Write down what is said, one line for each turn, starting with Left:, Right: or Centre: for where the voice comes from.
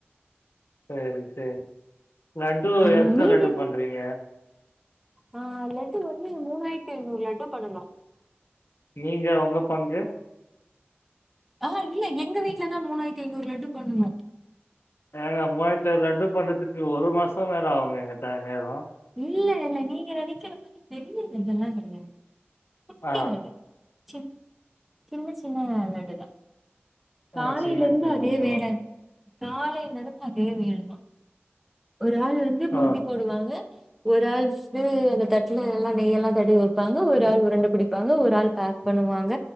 Left: சரி, சரி. லட்டு
Centre: ம்
Left: எத்தன
Centre: நீங்க
Left: லட்டு
Centre: என்ன
Left: பண்றீங்க
Centre: ஆ லட்டு வந்து மூணாயரத்து ஐநூறு லட்டு பண்ணணு
Left: நீங்க உங்க பங்கு
Centre: ஆ இல்ல எங்க வீ்ட்ல தா மூணாயிரத்தி ஐநூறு லட்டு பண்ணணு
Left: ஏங்க மூவாயிரத்து ஐநூறு லட்டு பண்றதுக்கு ஒரு மாசம் மேல ஆவுங்க எங்க டைம் நேரோ
Centre: இல்ல இல்ல நீங்க நெனைக்கிற மாதிரி பெரிய லட்டெல்லா கெடையாது குட்டி
Left: ஆ
Centre: லட்டு சின் சின்ன சின்ன லட்டுதா காலைலேர்ந்து
Left: ஆ சின்ன சின்ன
Centre: அதே
Left: லட்டுவா?
Centre: வேல காலைலேருந்து அதே வேல தா ஒரு ஆள் வந்து பூந்தி
Left: ஓ!
Centre: போடுவாங்க ஒரு ஆள் இது அந்த தட்ல எல்லா நெய்யெல்லா தடவி வைப்பாங்க ஒரு ஆள் உருண்ட பிடிப்பாங்க ஒரு ஆள் பேக் பண்ணுவாங்க